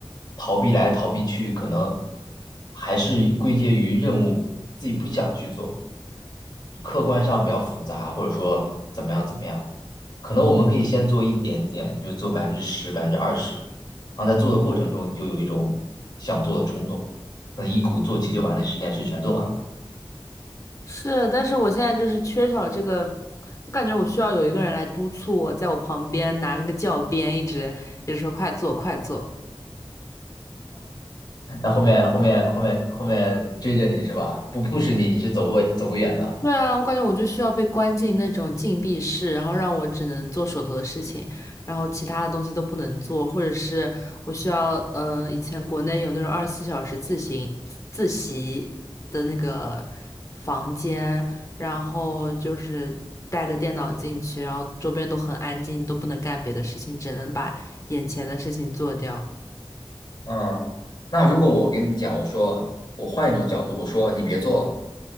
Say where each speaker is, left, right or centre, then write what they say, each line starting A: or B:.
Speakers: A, on the left (about 50°); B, on the left (about 35°).
A: 逃避来逃避去，可能还是归结于任务自己不想去做，客观上比较复杂，或者说怎么样怎么样，可能我们可以先做一点点，就是做百分之十、百分之二十，然后在做的过程中，你就有一种想做的冲动，可能一鼓作气就把那十件事全做完了。
B: 是，但是我现在就是缺少这个，我感觉我需要有一个人来督促我，在我旁边拿着个教鞭，一直一直说快做快做。
A: 那后面后面后面后面追着你是吧？不 push 你，你是走不走不远的。
B: 对啊，我感觉我就需要被关进那种禁闭室，然后让我只能做手头的事情，然后其他的东西都不能做，或者是我需要，嗯，以前国内有那种二十四小时自习自习的那个房间，然后就是带个电脑进去，然后周边都很安静，都不能干别的事情，只能把眼前的事情做掉。
A: 嗯，那如果我跟你讲，我说我换一种角度，我说你别做了，